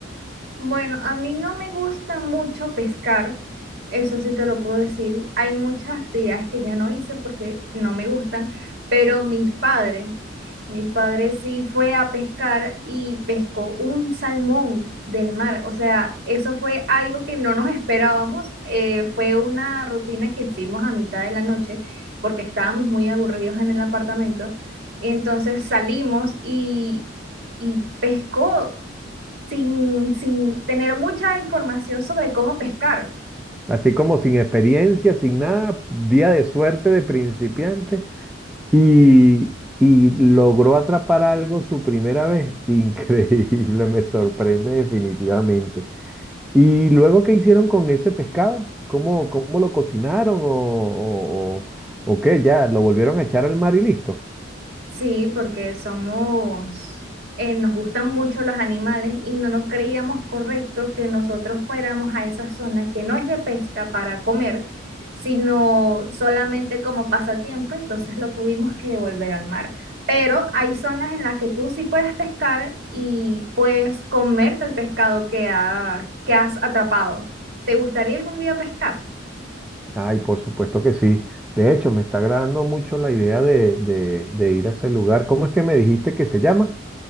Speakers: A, on the right; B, in the centre.
A: Bueno, a mí no me gusta mucho pescar, eso sí te lo puedo decir. Hay muchas actividades que ya no hice porque no me gustan, pero mis padres, mi padre sí fue a pescar y pescó un salmón del mar. O sea, eso fue algo que no nos esperábamos. eh, fue una rutina que hicimos a mitad de la noche porque estábamos muy aburridos en el apartamento. entonces salimos y, y pescó sin, sin tener mucha información sobre cómo pescar.
B: Así como sin experiencia, sin nada, día de suerte de principiante. Y, y logró atrapar algo su primera vez. <laughs> Increíble, me sorprende definitivamente. ¿Y luego qué hicieron con ese pescado? ¿Cómo, cómo lo cocinaron o, o, o- o qué? ¿Ya lo volvieron a echar al mar y listo?
A: Sí, porque somos, eh, nos gustan mucho los animales y no nos creíamos correcto que nosotros fuéramos a esa zona que no es de pesca para comer, sino solamente como pasatiempo, entonces lo tuvimos que devolver al mar. Pero hay zonas en las que tú sí puedes pescar y puedes comerte el pescado que, ha- que has atrapado. ¿Te gustaría algún día pescar?
B: Ay, por supuesto que sí. De hecho, me está agradando mucho la idea de, de, de ir a ese lugar. ¿Cómo es que me dijiste que se llama?